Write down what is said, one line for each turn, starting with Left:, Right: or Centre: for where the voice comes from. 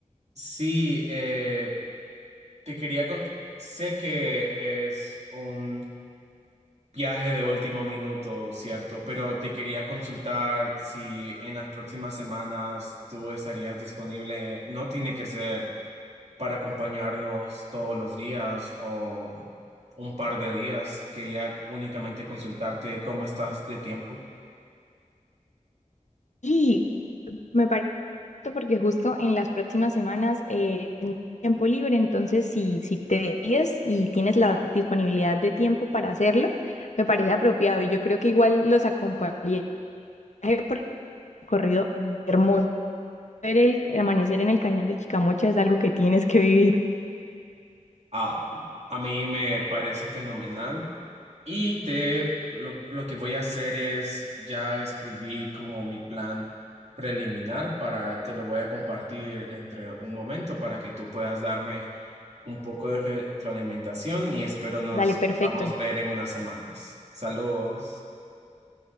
Right: sí, eh, te quería con- sé que es un viaje de último minuto, ¿cierto? Pero te quería consultar si en las próximas semanas tú estarías disponible. No tiene que ser para acompañarnos todos los días o un par de días. Quería únicamente consultarte cómo estás de tiempo.
Left: Y me parece porque justo en las próximas semanas eh, tengo tiempo libre, entonces si, si te decides y tienes la disponibilidad de tiempo para hacerlo, me parece apropiado. Y yo creo que igual los acompañaría por el recorrido hermoso. Ver el, el amanecer en el cañón de Chicamocha es algo que tienes que vivir.
Right: Ah, a mí me parece fenomenal y te lo, lo que voy a hacer es ya escribí como mi plan preliminar para te lo voy a compartir entre un momento para que tú puedas darme un poco de retroalimentación y espero nos
Left: Dale, perfecto.
Right: podamos ver en unas semanas. Saludos.